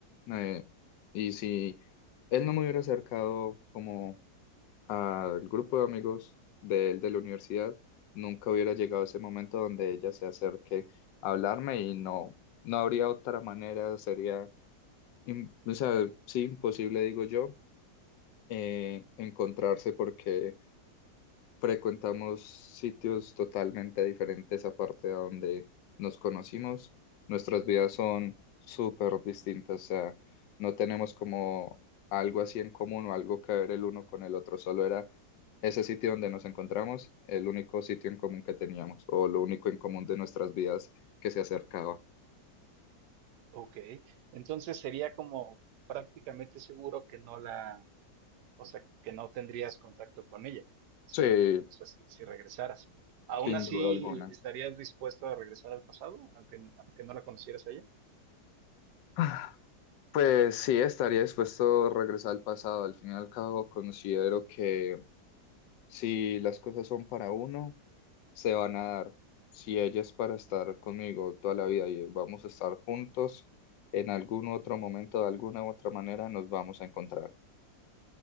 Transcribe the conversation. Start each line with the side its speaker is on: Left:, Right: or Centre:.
Left: eh, y si él no me hubiera acercado como al grupo de amigos de él de la universidad, nunca hubiera llegado ese momento donde ella se acerque a hablarme y no, no habría otra manera, sería, im- o sea, sí, imposible, digo yo, eh, encontrarse porque frecuentamos sitios totalmente diferentes aparte de donde nos conocimos. Nuestras vidas son súper distintas, o sea, no tenemos como algo así en común o algo que ver el uno con el otro, solo era ese sitio donde nos encontramos, el único sitio en común que teníamos o lo único en común de nuestras vidas que se acercaba,
Right: Ok, entonces sería como prácticamente seguro que no la, o sea, que no tendrías contacto con ella, si,
Left: Sí,
Right: o sea, si, si regresaras. ¿Aún
Left: sin
Right: así
Left: duda alguna.
Right: estarías dispuesto a regresar al pasado, aunque, aunque no la conocieras a ella?
Left: <sighs> Pues sí, estaría dispuesto a regresar al pasado. Al fin y al cabo, considero que Si las cosas son para uno, se van a dar. Si ella es para estar conmigo toda la vida y vamos a estar juntos, en algún otro momento, de alguna u otra manera, nos vamos a encontrar.